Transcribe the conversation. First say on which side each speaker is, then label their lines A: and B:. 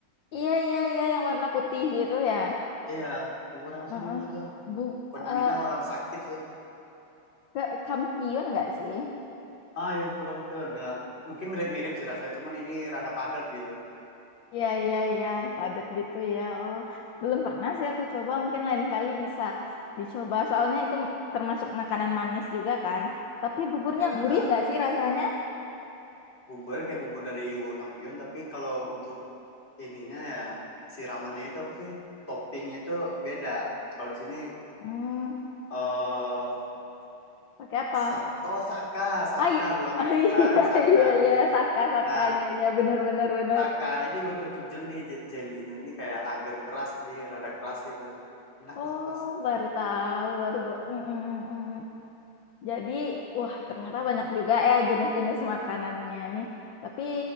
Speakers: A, on the left; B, on the left.
A: Iya, iya, iya. Yang warna putih gitu ya.
B: Iya, bubur apa
A: Heeh.
B: sih namanya tuh?
A: Bu,
B: Kalau di
A: eh,
B: Minang orang sakit sih.
A: ke- kampiun nggak sih?
B: Ah, ya bubur kampiun ya. Mungkin mirip-mirip sih rasanya, cuman ini rada padat gitu.
A: Iya, iya, iya, padat gitu ya. Oh, belum pernah sih aku coba. Mungkin lain kali bisa dicoba. Soalnya itu termasuk makanan manis juga kan. Tapi buburnya
B: Ya,
A: gurih
B: ah,
A: nggak sih rasanya?
B: buburnya kayak bubur dari bubur kampiun, tapi kalau untuk ininya ya siramannya itu apa sih? Topping itu beda. Kalau di sini
A: Hmm,
B: eh
A: pakai apa?
B: Sak oh Saka, Saka
A: Ai,
B: gula
A: <laughs>
B: me-
A: oh, iya,
B: gula aren Saka
A: iya,
B: ada
A: iya,
B: jadi ini.
A: saka, saka,
B: Nah,
A: iya, iya, bener, bener, bener.
B: Saka ini berbentuk jeli, je- jelinya ini kayak agar keras tapi rada keras gitu. Enak
A: Oh,
B: lah pas.
A: baru tahu, baru. ba- mm, mm, mm, mm, mm. Jadi, wah, ternyata banyak juga ya jenis-jenis makanannya nih. Tapi